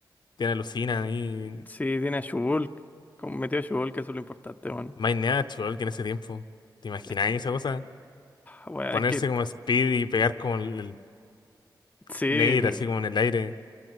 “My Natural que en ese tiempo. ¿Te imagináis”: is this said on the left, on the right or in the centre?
Left